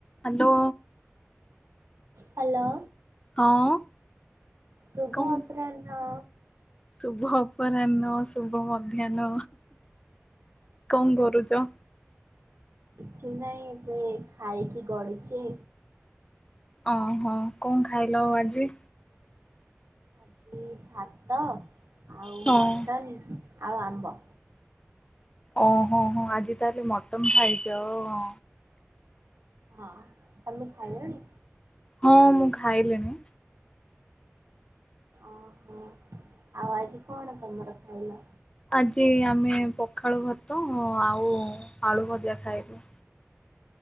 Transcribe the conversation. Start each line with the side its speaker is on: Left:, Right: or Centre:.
Left: Hello.
Right: Hello.
Left: ହଁ।
Right: ଶୁଭ
Left: କଣ
Right: ଅପରାହ୍ନ।
Left: ଶୁଭ ଅପରାହ୍ନ ଶୁଭ ମଧ୍ୟାହ୍ନ କଣ କରୁଚ?
Right: କିଛି ନାହିଁ ଏବେ ଖାଇକି ଗଡୁଚି।
Left: ଓହୋ କଣ ଖାଇଲ ଆଉ ଆଜି?
Right: ଆଜି ଭାତ ଆଉ
Left: ହଁ
Right: ମଟନ୍ ଆଉ ଆମ୍ବ।
Left: ଓହୋ ହୋ ଆଜି ତାହେଲେ ମଟନ୍ ଖାଇଚ ଅଁ।
Right: ହଁ ତମେ ଖାଇଲଣି?
Left: ହଁ ମୁଁ ଖାଇଲିଣି।
Right: ଓହୋ ଆଉ ଆଜି କଣ ତମର ଖାଇଲ?
Left: ଆଜି ଆମେ ପଖାଳ ଭାତ ଆଉ ଆଳୁ ଭଜା ଖାଇବୁ।